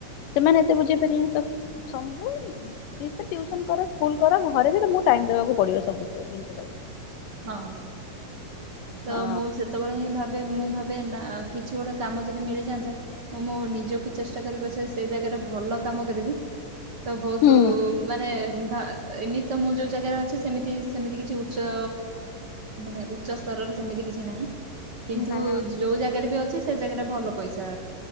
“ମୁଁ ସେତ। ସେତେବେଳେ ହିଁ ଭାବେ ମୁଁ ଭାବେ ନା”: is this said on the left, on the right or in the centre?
Right